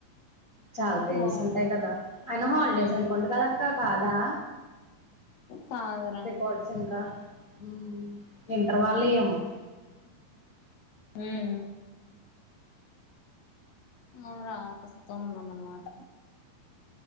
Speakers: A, on the left; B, on the left.
A: చాలా పేజెస్
B: వా
A: ఉంటాయి కదా అయన హాలిడేస్
B: హ్మ్
A: అనుకుంటా కదాక కా దా
B: కాదురా
A: రికార్డ్స్ ఇంకా మ్మ్ ఇంటర్ వాల్లియేమో
B: మ్మ్ ఆ రాస్తా అన్నామాట